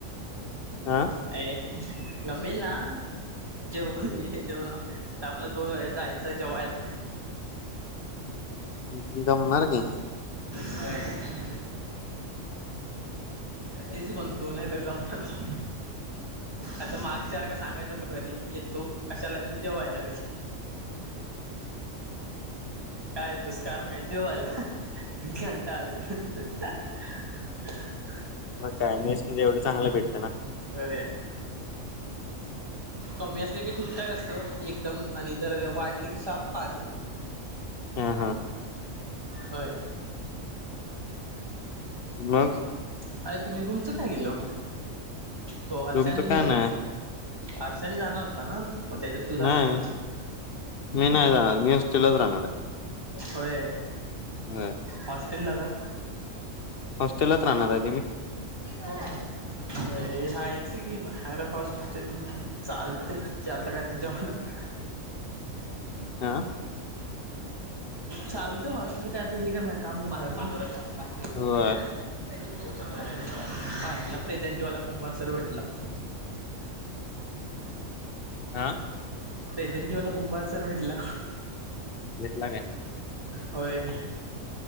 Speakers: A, on the left (about 50°); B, on the right (about 20°).
A: हा.
B: <unintelligible> होय जायचं जेवायला.
A: अं गमणार की.
B: ह. तेच बोलतोय नाही तर कंपलला आता मागच्या सारखं सांगायच होतं घरी येतो. कशाला येतो? जेवायला. काय येतोस कारण काय जेवायला? कंटाळतो. <unintelligible>
A: मग काय मेसमध्ये एवढं चांगल भेटं ना.
B: होय. कमी असले की ठीकठाक असत एकदम आणि जर वाढले की शाप पाणी
A: हा हा
B: होय.
A: मग?
B: काय तुम्ही रूमच काय केलं? तो हर्षा
A: तुमचं
B: आणि
A: काय नाही
B: अर्षणी जाणार होता ना मग त्याच्यात तू जाणारस
A: नाही
B: की
A: मी नाही जाणार मी हॉस्टेललाच राहणार
B: होय.
A: हम्म.
B: हॉस्टेलला का?
A: हॉस्टेललाच राहणार आहे तुम्ही?
B: हो हो. राहायच की बाहेर हॉस्टेल चालतय जात का तुझ्या मनात <inaudible>
A: हा..
B: चालतोय ना हॉस्टेल काय ते हे करणार काम करणार आहे पाचशे
A: होय
B: कमीत कमी पाच आपला प्रेझेंटेवाला कुंभा सर भेटला. <inaudible>
A: हा..
B: प्रेझेंटी वाला कुंभार सर भेटला.
A: घेतला काय?
B: होय..